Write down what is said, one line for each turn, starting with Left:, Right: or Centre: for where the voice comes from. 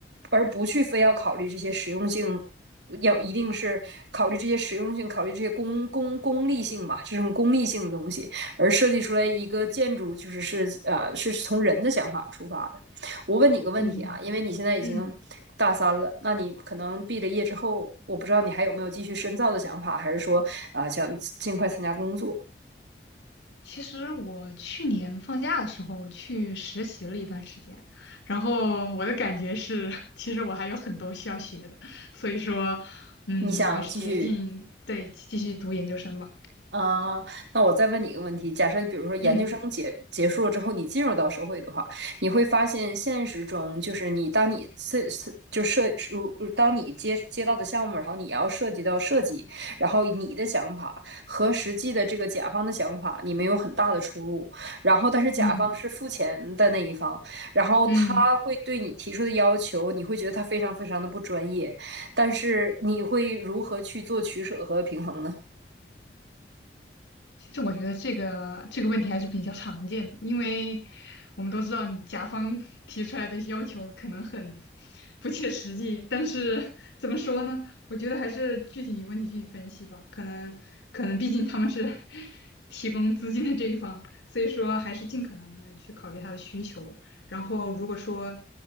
Right: 而不去非要考虑这些实用性，要一定是考虑这些实用性，考虑这些功功功利性吧，这种功利性的东西，而设计出来一个建筑，就是是呃，是从人的想法出发的。我问你个问题啊，
Left: 嗯
Right: 因为你现在已经大三了，
Left: 嗯，
Right: 那你可能毕了业之后，我不知道你还有没有继续深造的想法，还是说啊、呃想尽快参加工作，
Left: 其实我去年放假的时候去实习了一段时间，然后我的感觉是，其实我还有很多需要学的，所以说，嗯，
Right: 你想继续
Left: 我还是决定对继续读研究生吧。
Right: 啊，那我再问你一个问题：假设比如说研究生结结束了之后，
Left: 嗯
Right: 你进入到社会的话，你会发现现实中就是你当你设设就设如当你接接到的项目，然后你要涉及到设计，然后你的想法和实际的这个甲方的想法，你们有很大的出入。然后，但是甲方是付钱的那一方，
Left: 嗯
Right: 然后他会对你提出的要求，
Left: 嗯。
Right: 你会觉得他非常非常的不专业，但是你会如何去做取舍和平衡呢？
Left: 其实我觉得这个这个问题还是比较常见的，因为我们都知道你甲方提出来的要求可能很不切实际，但是怎么说呢？我觉得还是具体问题具体分析吧。可能可能，毕竟他们是 <laughs> 提供资金的这一方，所以说还是尽可能的去考虑他的需求。然后如果说